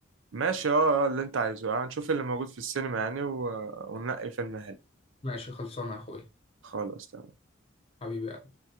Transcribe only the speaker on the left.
ماشي خلصانة يا أخويا
حبيبي